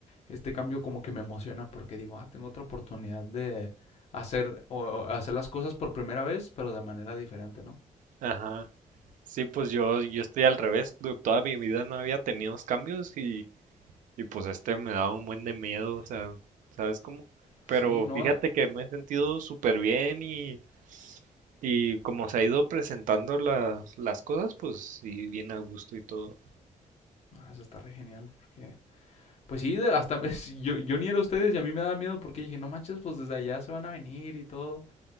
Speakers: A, on the left (about 55°); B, on the right (about 80°).
A: este cambio como que me emociona porque digo, ah, tengo otra oportunidad de hacer o hacer las cosas por primera vez, pero de manera diferente, ¿no?
B: Ajá. Sí, pues yo, yo estoy al revés, du- toda mi vida no había tenido cambios y, y pues este me daba un buen de miedo, o sea, ¿sabes cómo? Pero
A: Sí, no,
B: fíjate
A: la-
B: que me he sentido súper bien y Y como se ha ido presentando las, las cosas, pues sí, bien a gusto y todo.
A: ah, eso está re genial porque pues sí, hasta <laughs> sí, yo, yo ni era ustedes y a mí me daba miedo porque dije, no manches, pues desde allá se van a venir y todo.